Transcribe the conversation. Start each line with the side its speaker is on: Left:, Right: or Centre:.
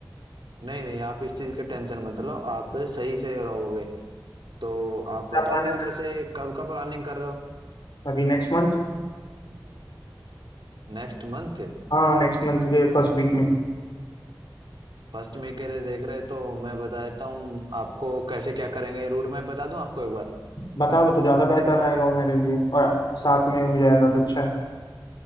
Right: नहीं नहीं आप इस चीज के टेंशन मत लो आप सही से रहोगे तो आप
Left: क्या
Right: बताओ
Left: plan है सर?
Right: जैसे कब का प्लानिंग कर रहे हो
Left: अभी नेक्स्ट मंथ
Right: नेक्स्ट मंथ
Left: हाँ नेक्स्ट मंथ के फर्स्ट वीक में
Right: फर्स्ट में के लिए देख रहे हो तो मैं बता देता हूँ आपको कैसे क्या करेंगे रूट मैप बता दूं आपको एक बार
Left: बता दो तो ज्यादा बेहतर रहेगा वो मेरे लिए और साथ में हो जाएगा तो अच्छा है